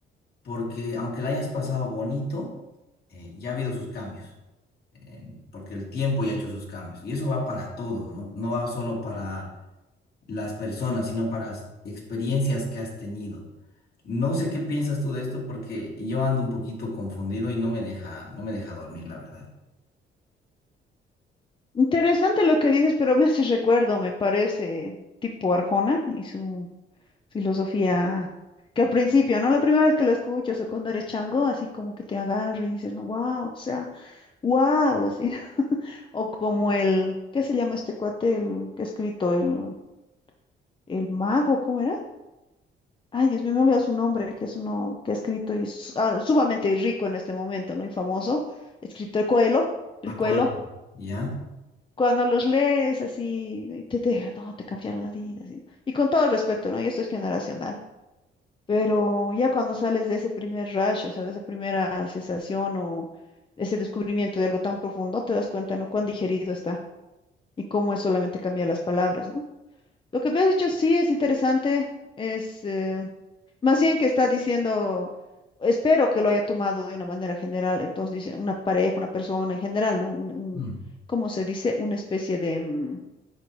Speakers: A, on the left; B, on the left.
A: porque aunque la hayas pasado bonito, eh, ya ha habido sus cambios, en- porque el tiempo ya ha hecho sus cambios. Y eso va para todo, ¿no? No va solo para las personas, sino para las experiencias que has tenido. No sé qué piensas tú de esto porque yo ando un poquito confundido y no me deja, no me deja dormir, la verdad.
B: Interesante lo que dices, pero me hace recuerdo, me parece, tipo Arjona y su filosofía, que al principio, ¿no? La primera vez que lo escuchas o cuando eres chango, así como que te agarra y dices, no, wow, o sea, wow, así. <laughs> O como el, ¿qué se llama este cuate, el que ha escrito, el, el mago, ¿cómo era? Ay, Dios mío, me he olvidado su nombre, que es uno que ha escrito y es ah, sumamente rico en este momento, ¿no? Y famoso, escrito el Coelho, el
A: Va,
B: Coelho.
A: Pablo. ¿Ya?
B: cuando los lees así, y te, te dejan, no, te cambiaron la vida, así, ¿no? Y con todo respeto, ¿no? Y esto es generacional. Pero ya cuando sales de ese primer rush, o sea, de esa primera sensación o ese descubrimiento de algo tan profundo, te das cuenta, ¿no? Cuán digerido está y cómo es solamente cambiar las palabras, ¿no? Lo que me has dicho sí es interesante, es eh, más bien que está diciendo, espero que lo haya tomado de una manera general, entonces dice una pareja, una persona en general, ¿no? Un, un-
A: Mm.
B: ¿cómo se dice? Una especie de... mm,